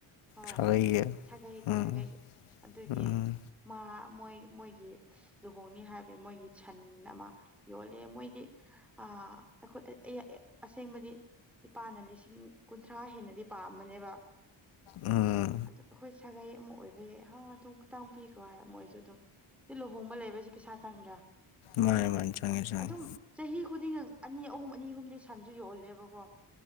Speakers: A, in the centre; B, on the left.
A: ꯍꯣꯏ
B: ꯁꯥꯒꯩꯒꯤ
A: ꯁꯥꯒꯩꯒꯤ
B: ꯎꯝ
A: ꯁꯥꯒꯩꯒꯤ ꯑꯗꯨꯒꯤ
B: ꯎꯝ
A: ꯃꯥ ꯃꯣꯏ ꯃꯣꯏꯒꯤ ꯂꯨꯍꯣꯡꯅꯤ ꯍꯥꯏꯕ ꯃꯣꯏꯒꯤ ꯁꯟ ꯑꯃ ꯌꯣꯜꯂꯦ ꯃꯣꯏꯗꯤ ꯑ ꯑꯩꯈꯣꯏ ꯑꯁꯦꯡꯕꯗꯤ ꯏꯄꯥꯅ ꯂꯤꯁꯤꯡ ꯀꯨꯟꯊ꯭ꯔꯥ ꯍꯦꯟꯅꯗꯤ ꯄꯥꯝꯕꯅꯦꯕ
B: ꯎꯝ
A: ꯑꯗꯨ ꯑꯩꯈꯣꯏ ꯁꯥꯒꯩ ꯑꯃ ꯑꯣꯏꯕ ꯌꯥꯏ ꯍꯣꯏ ꯑꯗꯨꯝ ꯈꯤꯇꯪ ꯄꯤꯈ꯭ꯔꯣ ꯍꯥꯏ ꯃꯣꯏꯁꯨ ꯑꯗꯨꯝ ꯁꯤ ꯂꯨꯍꯣꯡꯕ ꯂꯩꯕꯁꯦ ꯄꯩꯁꯥ ꯆꯪꯗ꯭ꯔꯥ
B: ꯃꯥꯅꯦ ꯃꯥꯅꯤ ꯆꯉꯦ ꯆꯉꯦ
A: ꯑꯗꯨꯝ ꯆꯍꯤ ꯈꯨꯗꯤꯡ ꯑꯅꯤ ꯑꯍꯨꯝ ꯑꯅꯤ ꯑꯍꯨꯝꯗꯤ ꯁꯟꯁꯨ ꯌꯧꯍꯜꯂꯦꯕꯀꯣ